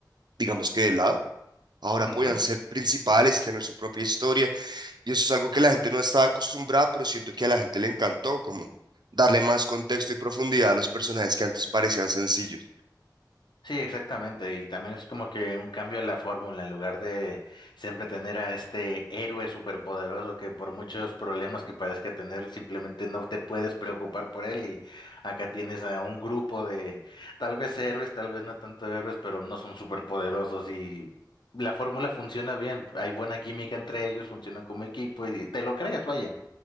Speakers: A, on the right; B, on the left.
A: digamos que de lado, ahora
B: Ujú.
A: podían ser principales y tener su propia historia. Y eso es algo que la gente no estaba acostumbrada, pero siento que a la gente le encantó, como darle más contexto y profundidad a los personajes que antes parecían sencillos.
B: Sí, exactamente. Y también es como que un cambio a la fórmula, en lugar de siempre tener a este héroe superpoderoso que por muchos problemas que parezca tener, simplemente no te puedes preocupar por él. Y acá tienes a un grupo de tal vez héroes, tal vez no tanto héroes, pero no son superpoderosos y la fórmula funciona bien. Hay buena química entre ellos, funcionan como equipo y te lo crees, vaya.